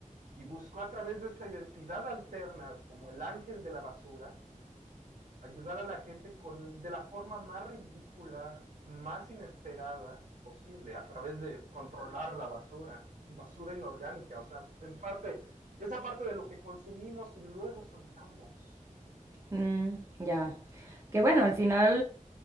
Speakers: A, on the right (about 65°); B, on the right (about 20°).
A: y buscó a través de esta identidad alterna como el ángel de la basura ayudar a la gente con, de la forma más ridícula, más inesperada posible, a través de controlar la basura, basura inorgánica, o sea, en parte, esa parte de lo que consumimos y luego soltamos
B: Mm, ya. Que bueno, al final,